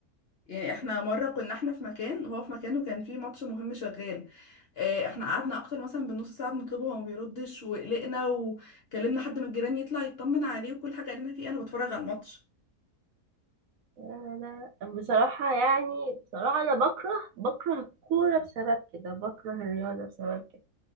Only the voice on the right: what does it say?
انا بصراحه يعني بصراحه انا بكره بكره الكوره بسبب كده بكره الرياضه بسبب كده